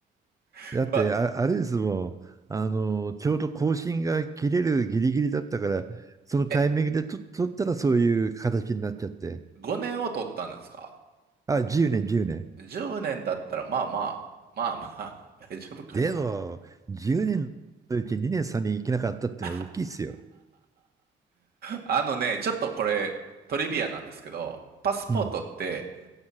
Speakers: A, on the right; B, on the right.
A: <laughs>
B: だって、
A: まあ、
B: あ、あれですもん、あの、ちょうど更新が切れるギリギリだったから、そのタイミングでと取ったらそういう形になっちゃって、
A: え、5年を取ったんですか
B: あ、10年、10年。
A: 10年だったら、まあまあ、まあまあ、<laughs> 大丈夫かな。
B: でも、10年のうち2年、3年行けなかったっていうのは大きいですよ。
A: <laughs> あのね、ちょっとこれ、トリビアなんですけど、パスポートって、
B: うん。